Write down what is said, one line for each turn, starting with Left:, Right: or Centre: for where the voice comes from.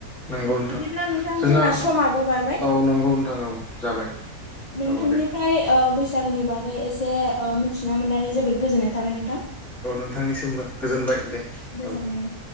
Centre: नंगौ नोंथां
Left: बिदिब्ला नोंथां
Centre: जोंहा
Left: जोंना समाबो बारबाय
Centre: औ नंगौ नोंथां औ जाबाय
Left: नोंथांनिफ्राय
Centre: औ दे
Left: बैसागोनि बागै एसे मिथिना मोननानै जोबोद गोजोननाय थाबाय नों
Centre: औ नोंथांनिसिमबो गोजोनबाय दे
Left: गोजोनबाय
Centre: औ
Left: नों